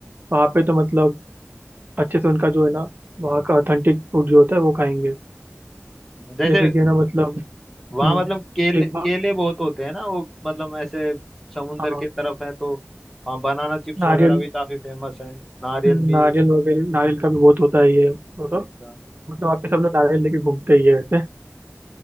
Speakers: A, on the right; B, in the centre.
A: वहाँ पे तो मतलब अच्छे से उनका जो है ना वहाँ का ऑथेंटिक फूड जो होता है वो खाएंगे
B: जैसे
A: जैसे कि है ना मतलब
B: वहां
A: हम्म,
B: मतलब केले
A: एक
B: केले
A: बार
B: बहुत होते हैं ना वो मतलब ऐसे समुंदर
A: हाँ
B: के तरफ है तो वहाँ बनाना चिप्स
A: नारियल
B: वगैरह भी काफी फेमस है नारियल
A: हम्म,
B: भी
A: नारियल वगैरह नारियल का भी बहुत होता है ये मतलब
B: अच्छा
A: मतलब वहाँ पे सब लोग नारियल लेके घूमते ही है वैसे